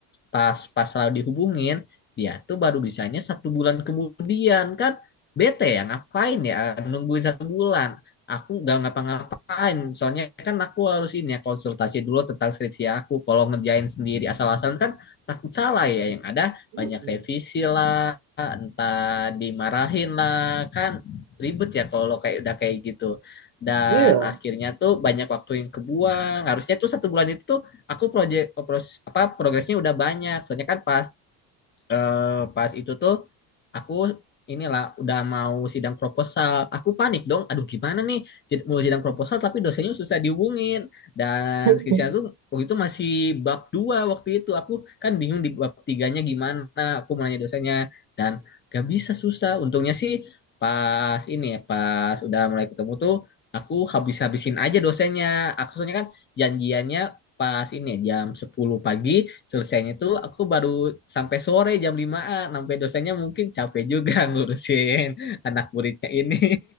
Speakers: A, on the left; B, on the right.
A: pas pas selalu dihubungin, dia tuh baru bisanya satu bulan kemudian kan bete ya ngapain ya nungguin satu bulan aku nggak ngapa-ngapain soalnya kan aku harus ini ya konsultasi dulu tentang skripsi aku kalau ngerjain sendiri asal-asalan kan takut salah ya yang ada
B: mm,
A: banyak revisi lah entah dimarahin lah kan ribet ya kalau kayak udah kayak gitu dan
B: iya.
A: akhirnya tuh banyak waktu yang kebuang harusnya tuh satu bulan itu tuh aku project pros, apa progresnya udah banyak soalnya kan pas eh, pas itu tuh aku inilah udah mau sidang proposal. Aku panik dong. Aduh gimana nih Sid- mau sidang proposal tapi dosennya susah dihubungin. Dan
B: <laughs>
A: skripsinya tuh waktu itu masih bab 2 waktu itu. Aku kan bingung di bab tiganya gimana. Aku mau nanya dosennya dan gak bisa susah. Untungnya sih pas ini ya pas udah mulai ketemu tuh aku habis-habisin aja dosennya. Aku soalnya kan janjiannya pas ini ya, jam 10 pagi selesainya tuh aku baru sampai sore jam limaan sampai dosennya mungkin capek juga <laughs> ngurusin anak muridnya ini